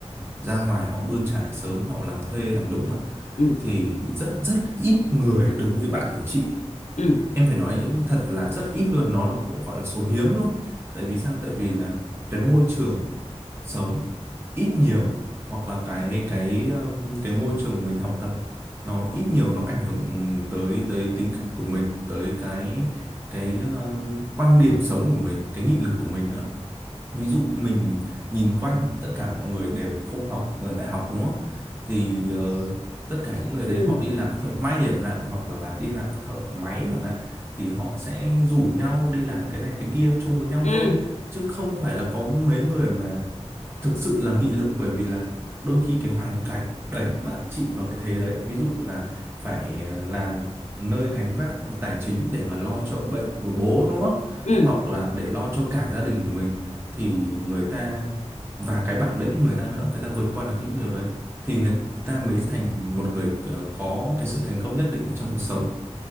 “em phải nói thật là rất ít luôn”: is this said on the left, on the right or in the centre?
Right